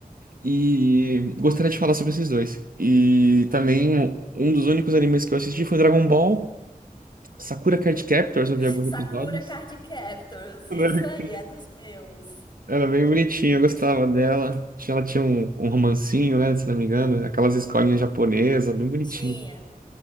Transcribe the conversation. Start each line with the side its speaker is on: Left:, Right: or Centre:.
Right: E gostaria de falar sobre esses dois. E também um um dos únicos animes que eu assisti foi Dragon Ball, Sakura Card Captors, eu vi
Left: Sakura
Right: alguns episódios.
Left: Card Captors,
Right: <laughs> Quando
Left: isso
Right: eu era
Left: aí,
Right: criança.
Left: é dos meus.
Right: Era bem bonitinha, eu gostava dela. Tinha- Ela tinha um, um romancinho, né? Se não me engano, aquelas escolinhas japonesas, bem bonitinho.
Left: Tinha.